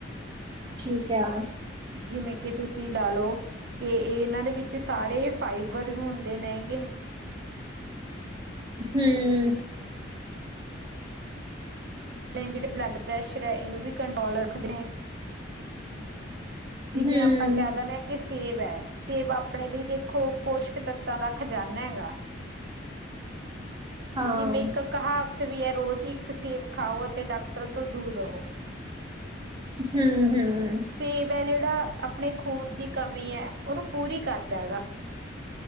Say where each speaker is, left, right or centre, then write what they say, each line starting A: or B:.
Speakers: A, on the right; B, on the right.
A: ਠੀਕ ਹੈ।
B: ਜਿਵੇਂ ਕਿ ਤੁਸੀਂ ਲਾ ਲੋ ਕਿ ਇਹ ਇਹਨਾ ਦੇ ਵਿਚ ਸਾਰੇ ਫਾਈਬਰਸ ਹੁੰਦੇ ਨੇ ਹੇਗੇ।
A: ਹੂੰ,,,
B: ਜਿਹੜੇ ਬਲੱਡ ਪ੍ਰੈਸ਼ਰ ਹੈ। ਇਹਨੂੰ ਵੀ ਕੰਟਰੋਲ ਰੱਖਦੇ ਨੇ- ਜਿਵੇਂ
A: ਹੂੰ
B: ਆਪਾਂ ਕਹਿ ਦਿੰਦੇ ਹਾਂ। ਕਿ ਸੇਬ ਹੈ। ਸੇਬ ਆਪਣੇ ਲਈ ਦੇਖੋ ਪੋਸ਼ਕ ਤੱਤਾਂ ਦਾ ਖਜਾਨਾ ਹੈਗਾ।
A: ਹਾਂ
B: ਜਿਵੇਂ ਇਕ ਕਹਾਵਤ ਵੀ ਹੈ। ਰੋਜ਼ ਇਕ ਸੇਬ ਖਾਓ ਅਤੇ ਡਾਕਟਰ ਤੋਂ ਦੂਰ ਰਹੋ-
A: ਹੂੰ- ਹੂੰ
B: ਸੇਬ ਹੈ। ਜਿਹੜਾ ਆਪਣੇ ਖੂਨ ਦੀ ਕਮੀ ਹੈ। ਉਹਨੂੰ ਪੂਰੀ ਕਰਦਾ ਹੈਗਾ।